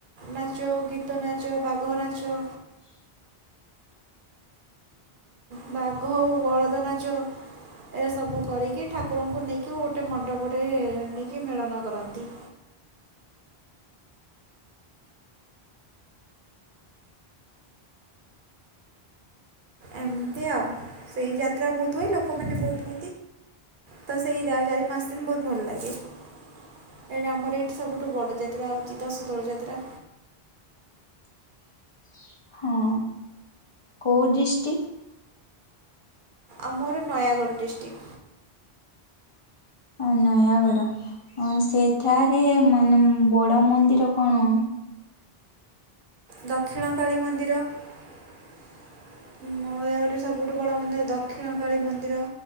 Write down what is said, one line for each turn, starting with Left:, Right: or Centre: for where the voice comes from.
Right: ନାଚ ଗୀତ ନାଚ ବାଘ ନାଚ।
Left: <inaudible> <inaudible>
Right: ବାଘ ଆଉ ବଳଦ ନାଚ। ଏସବୁ କରିକି ଠାକୁରଙ୍କୁ ନେଇକି ଗୋଟେ ମଣ୍ଡପରେ ନେଇକି ମେଳନ କରନ୍ତି।
Left: <inaudible>
Right: ଏମତି ଆଉ ସେଇ ଯାତ୍ରା ବହୁତ ହୁଏ ଲୋକମାନେ ବହୁତୁ ତ ସେଇ ଯା ଚାରି ପାଞ୍ଚ ଦିନ୍ ବହୁତ ଭଲ ଲାଗେ। ଏଇଟା ଆମର ଏଇଠି ସବୁଠୁ ବଡ଼ ଯାତ୍ରା ହଉଚି ଦଶ ଦୋଳ ଯାତ୍ରା।
Left: <inaudible> ହଁ କୋଉ ଡ଼୍ରିଷ୍ଟିକ୍?
Right: ଆମର ନୟାଗଡ଼ ଡ଼୍ରିଷ୍ଟିକ୍।
Left: ଓ ନୟାଗଡ ଆମ୍ ସେଠାରେ ନନମ୍ ବଡ୍ ବଡ଼ ମନ୍ଦିର କଣ?
Right: ଦକ୍ଷିଣ କାଳୀ ମନ୍ଦିର ମ <unintelligible> ଏଇଟାରୁ ସବୁଠୁ ବଡ଼ ମନ୍ଦିର ଦକ୍ଷିଣକାଳୀ ମନ୍ଦିର